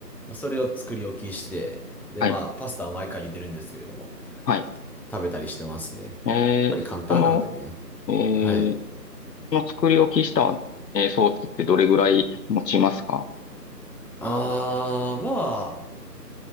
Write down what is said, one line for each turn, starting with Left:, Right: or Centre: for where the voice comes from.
Centre: まあそれを作り置きして、で、
Left: はい、
Centre: まあ、パスタは毎回茹でるんですけれども、
Left: はい。
Centre: 食べたりしてますね。
Left: ええ、
Centre: やっぱり簡単なんでね。
Left: その、ええ、
Centre: はい。
Left: その作り置きした、えー、ソースってどれぐらい持ちますか
Centre: あー、まあ、